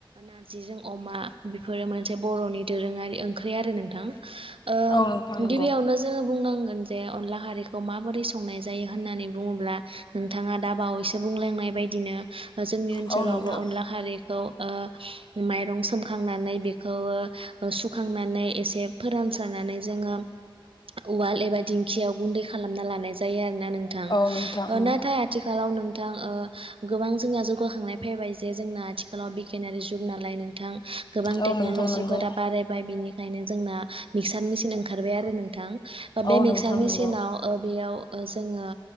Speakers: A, on the right; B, on the left.
A: नारजिजों अमा बेफोरो मोनसे बर'नि दोरोङारि ओंख्रि आरो नोंथां। ओ
B: औ नोंथां नंगौ
A: गिबियावनोज जोङो बुंनांगोन जे अनला खारिखौ माबोरै संनाय जायो होननानै बुङोब्ला नोंथाङा दा बावैसो बुंलायनाय बायदिनो जोंनि ओनसोलावबो
B: औ नोंथां
A: अनला खारि खौ ओ माइरं सोमखांनानै बेखौ सुखांनानै एसे फोरान सोनानै जोङो उवाल एबा दिंखियाव गुन्दै खालामना लानाय जायो आरोना नों थां
B: औ नोंथां उम।
A: नाथाय आथि आथिखालाव नोंथां ओ गोबां जोंया जौगाखांनाय फैबाय जे जोंना आथिखालाव बिगियानारि जुग नालाय नों थां गोबां
B: औ
A: टेक्न'लजिफोरा
B: नोंथां नंगौ
A: बारायबाय बिनिखायनो जोंना मिक्सार मिसिन ओंखारबाय आरो नोंथां बे
B: औ
A: मिक्सार
B: नोंथां
A: मिसिनाव
B: नंगौ
A: ओ बेयाव जोङो